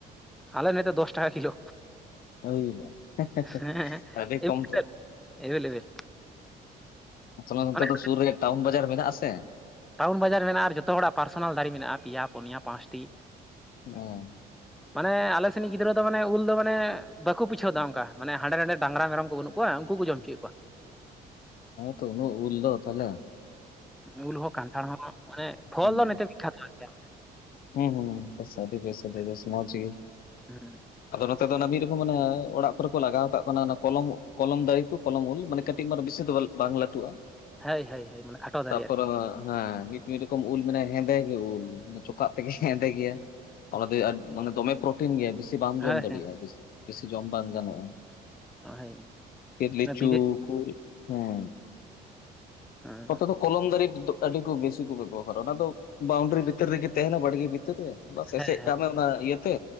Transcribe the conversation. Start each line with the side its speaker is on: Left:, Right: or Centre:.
Centre: ᱟᱞᱮ ᱱᱛᱮ ᱫᱚᱥ ᱴᱟᱠᱟ ᱠᱤᱞᱳ
Left: ᱦᱩᱭ ᱜᱚᱫᱚᱜ-ᱟ
Centre: ᱦᱮᱸ
Left: ᱟᱰᱤ
Centre: ᱮᱵᱮᱞ
Left: ᱠᱚᱢ ᱛᱚ
Centre: ᱮᱵᱮᱞ ᱮᱵᱮᱞ
Left: ᱟᱥᱚᱞᱮ ᱱᱚᱛᱮ
Centre: ᱢᱟᱱᱮ
Left: ᱫᱚ ᱥᱩᱨ ᱨᱮᱜᱮ ᱴᱟᱣᱩᱱ ᱵᱟᱡᱟᱨ ᱢᱮᱱᱟᱜ ᱟ-ᱥᱮ
Centre: ᱴᱟᱣᱩᱱ ᱵᱟᱡᱟᱨ ᱢᱮᱱᱟᱜᱼᱟ ᱟᱨ ᱡᱚᱛᱚ ᱦᱚᱲᱟᱜ ᱯᱟᱨᱥᱚᱱᱟᱞ ᱫᱟᱨᱮ ᱢᱮᱱᱟᱜᱼᱟ ᱯᱮᱭᱟ ᱯᱩᱱᱭᱟ ᱯᱟᱸᱪᱴᱤ
Left: ᱦᱚᱸ
Centre: ᱢᱟᱱᱮ ᱟᱞᱮ ᱥᱮᱫ ᱨᱤᱱ ᱜᱤᱫᱽᱨᱟᱹ ᱫᱚ ᱢᱟᱱᱮ ᱩᱞ ᱫᱚ ᱢᱟᱱᱮ ᱵᱟᱠᱚ ᱯᱩᱪᱷᱟᱹᱣ ᱮᱫᱟ ᱚᱱᱠᱟ ᱢᱟᱱᱮ ᱦᱟᱸᱰᱮ ᱱᱟᱰᱮ ᱰᱟᱝᱨᱟ ᱢᱮᱨᱚᱢ ᱠᱚ ᱵᱟᱹᱱᱩᱜ ᱠᱚᱣᱟ ᱩᱱᱠᱩ ᱠᱚ ᱡᱚᱢ ᱦᱚᱭᱮᱫ ᱠᱚᱣᱟ
Left: ᱛᱚ ᱩᱞ ᱫᱚ ᱛᱟᱦᱚᱞᱮ
Centre: ᱩᱞ ᱦᱚᱸ ᱠᱟᱱᱴᱷᱟᱲ ᱦᱚᱸ ᱢᱟᱱᱮ ᱯᱷᱚᱞ
Left: ᱦᱩᱸ
Centre: ᱫᱚ ᱱᱤᱛᱮ ᱵᱤᱠᱠᱷᱟᱛ ᱜᱮᱭᱟ
Left: ᱦᱩᱸ ᱦᱩᱸ ᱯᱟᱥᱛᱮ ᱫᱚ ᱜᱮ
Centre: ᱦᱮᱸ
Left: ᱟᱫᱚ ᱱᱚᱛᱮ ᱫᱚ ᱚᱱᱟ ᱢᱤᱫ ᱨᱚᱠᱚᱢ ᱢᱟᱱᱮ ᱚᱲᱟᱜ ᱠᱚᱨᱮ ᱠᱚ ᱞᱟᱜᱟᱣ ᱠᱟᱜ ᱠᱟᱱᱟ ᱚᱱᱟ ᱠᱚᱞᱚᱢ ᱠᱚᱞᱚᱢ ᱫᱟᱨᱮ ᱠᱚ ᱠᱚᱞᱚᱢ ᱢᱟᱱᱮ ᱠᱟᱹᱴᱤᱡ ᱢᱟᱨ ᱵᱤᱥᱮᱥ ᱫᱚ ᱵᱟᱝ ᱞᱟᱹᱴᱩᱜᱼᱟ
Centre: ᱦᱳᱭ ᱦᱳᱭ ᱦᱳᱭ ᱢᱟᱱᱮ ᱠᱷᱟᱴᱚ ᱫᱟᱨᱮ
Left: ᱛᱟᱯᱚᱨ
Centre: ᱟᱨᱠᱤ
Left: ᱦᱮᱸ ᱢᱤᱫ ᱨᱚᱠᱚᱢ ᱩᱞ ᱢᱮᱱᱟᱜᱼᱟ ᱱᱤᱭᱟ ᱦᱮᱸᱫᱮ ᱜᱮ ᱩᱞ ᱪᱚᱠᱟᱜ ᱛᱮᱜᱮ ᱦᱮᱸᱫᱮ ᱜᱮᱭᱟ ᱫᱚ ᱢᱟᱱᱮ ᱫᱚᱢᱮ ᱜᱮᱭᱟ ᱵᱮᱥᱤ ᱵᱟᱢ
Centre: ᱦᱳᱭ
Left: ᱡᱚᱢ ᱫᱟᱲᱮᱭᱟᱜᱼᱟ
Centre: ᱦᱮᱸ
Left: ᱵᱮᱥᱤ ᱡᱚᱢ ᱵᱟᱝ ᱜᱟᱱᱚᱜᱼᱟ
Centre: ᱦᱳᱭ
Left: ᱮᱞ
Centre: ᱚᱱᱟ
Left: ᱪᱩ
Centre: ᱵᱤᱫᱮᱥ
Left: ᱯᱩᱲ ᱦᱮᱸ
Centre: ᱦᱮᱸ
Left: ᱱᱚᱛᱮ ᱫᱚ ᱠᱚᱞᱚᱢ ᱫᱟᱨᱮ ᱟᱹᱰᱤ ᱠᱚ ᱵᱮᱥᱤ ᱠᱚ ᱵᱮᱵᱚᱦᱟᱨᱟ ᱚᱱᱟ ᱫᱚ ᱵᱟᱣᱩᱱᱰᱟᱨᱤ ᱵᱷᱤᱛᱤᱨ ᱨᱮ ᱛᱟᱦᱮᱱᱟ ᱵᱟᱲᱜᱮ ᱵᱷᱤᱛᱤᱨ ᱨᱮ ᱵᱟᱥ
Centre: ᱦᱮᱸ
Left: ᱮᱥᱮᱫ ᱠᱟᱜ ᱢᱮ ᱚᱱᱟ ᱤᱭᱟᱹᱛᱮ